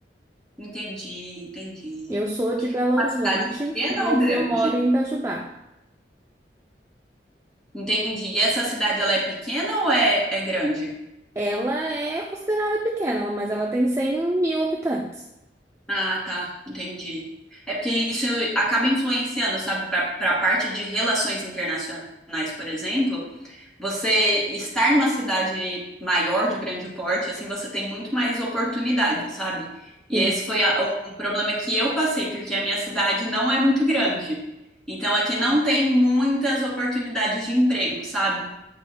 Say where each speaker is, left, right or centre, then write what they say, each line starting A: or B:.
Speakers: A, in the centre; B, on the right.
A: Entendi, entendi.
B: Eu sou de Belo
A: É
B: Horizonte,
A: Uma cidade pequena
B: mas
A: ou grande?
B: eu moro em Itajubá.
A: Entendi. E essa cidade, ela é pequena ou é, é grande?
B: Ela é considerada pequena, ela- mas ela tem cem mil habitantes.
A: Ah, tá, entendi. É porque isso acaba influenciando, sabe, para a parte de relações internacionais, por exemplo. Você estar numa cidade maior, de grande porte, assim, você tem muito mais oportunidade, sabe? E
B: Sim.
A: esse foi a- um problema que eu passei, porque a minha cidade não é muito grande. Então aqui não tem muitas oportunidades de emprego, sabe?